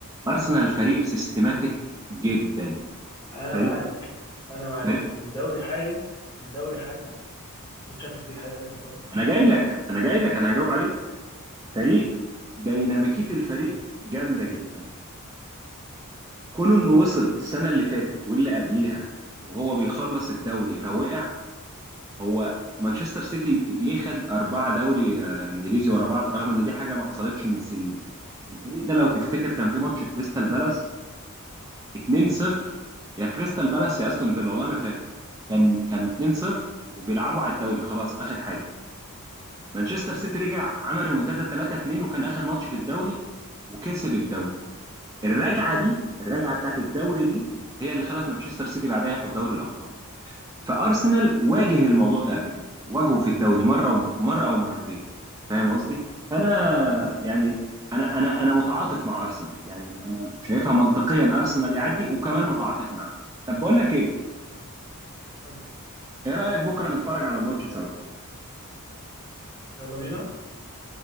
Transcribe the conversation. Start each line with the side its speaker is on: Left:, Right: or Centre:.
Right: أرسنال فريق سيستماتيك جدا
Left: انا
Right: فريق
Left: معاك انا معاك
Right: فريق
Left: بس الدوري حاجه الدوري حاجه والتشامبيونز ليج حاجه تانيه خالص
Right: أنا جاي لك أنا جاي لك أنا هجاوب عليك فريق ديناميكية الفريق جامدة جدا كونه إنه وصل السنة اللي فاتت واللي قبليها وهو بيخلص الدوري فوقع هو مانشستر سيتي ليه خد أربعة دوري آه، إنجليزي ورا بعض رغم إن دي حاجة ما حصلتش من سنين الفريق ده لو تفتكر كان في ماتش كريستال بالاس 2-0 يا كريستال بالاس يا أستون فيلا والله ما فاكر كان كان 2-0 وبيلعبوا على الدوري خلاص آخر حاجة مانشستر سيتي رجع عمل ريمونتادا 3-2 وكان آخر ماتش في الدوري وكسب الدوري الرجعة دي الرجعة بتاعت الدوري دي هي اللي خلت مانشستر سيتي بعدها ياخد دوري الأبطال فارسنال واجه الموضوع ده قبل كده واجهه في الدوري مره ومره مره او مرتين فاهم قصدي فانا يعني انا انا انا متعاطف مع ارسنال يعني انا شايفها منطقيا ارسنال يعدي وكمان متعاطف معاه طب بقول لك ايه
Left: قول لي
Right: ايه رايك بكره نتفرج على الماتش سوا
Left: يلا بينا